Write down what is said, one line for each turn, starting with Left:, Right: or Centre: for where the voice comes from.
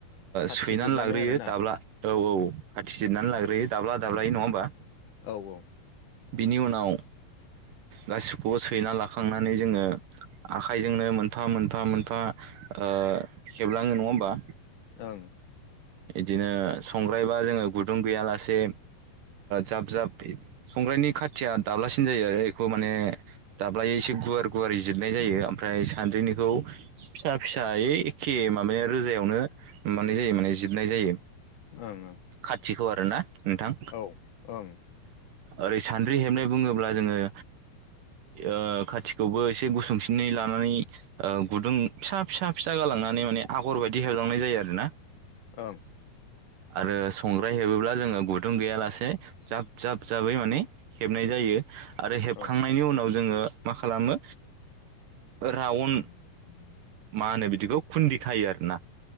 Left: खाथि
Right: सैनानै
Left: जिरनानै
Right: लाग्रोयो
Left: आरोना
Right: दाब्ला औ औ खाथि जिरनानै लाग्रोयो दाब्ला दाब्लायै
Left: औ
Right: नङा होमबा।
Left: औ औ
Right: बिनि उनाव गासिखौबो सैना लाखांनानै जोङो आखाइजोंनो मोनफा मोनफा मोनफा ओ हेबलाङो नङा होमबा।
Left: ओं
Right: बिदिनो संग्रायबा जोङो गुदुं गैयालासे जाब जाब संग्रानि खाथिया दाब्लासिन जायो आरो बेखौ माने दाब्लायै एसे गुवार गुवार जिरनाय जायो ओमफ्राय सानद्रिनिखौ फिसा फिसायै एखे माब रोजायावनो मानाय जायो माने जिरनाय जायो।
Left: ओं ओं
Right: खाथिखौ आरो ना नोंथां?
Left: औ ओं
Right: ओरै सानद्रि हेबनाय बुङोब्ला जोङो ओ खाथिखौबो एसे गुसुंसिनै लानानै ओ गुदुं फिसा फिसा फिसा गालांनानै माने आगर बायदि हेबलांनाय जायो आरो ना।
Left: ओं
Right: आरो संग्राय हेबोब्ला जोङो गुदुं गैयालासे जाब जाब जाबै माने हेबनाय जायो। आरो हेबखांनायनि
Left: औ
Right: उनाव जोङो मा खालामो रावन
Left: <inaudible>
Right: मा होनो बिदिखौ खुन्दि खायो आरो ना।